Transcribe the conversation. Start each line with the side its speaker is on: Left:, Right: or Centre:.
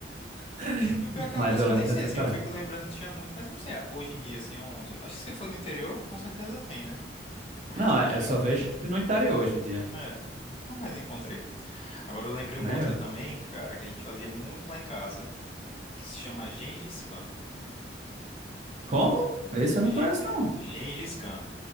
Right: <laughs>
Left: E o pior é que
Right: mas
Left: é uma coisa
Right: eu
Left: que
Right: lembro
Left: eu nem
Right: que
Left: sei,
Right: tinha essa
Left: assim,
Right: diferença.
Left: eu fico lembrando que tinha muito, mas eu não sei hoje em dia, assim, aonde. Acho que se for no interior, com certeza tem, né? Mas
Right: Não,
Left: aqui,
Right: é, eu só vejo no interior hoje em dia,
Left: é, nunca mais encontrei. Agora eu lembrei
Right: né?
Left: uma outra também, cara, que a gente fazia muito lá em casa, que se chama Gengis Khan.
Right: Como? Esse eu
Left: Ge-
Right: não conheço,
Left: <laughs>
Right: não.
Left: Gengis Khan.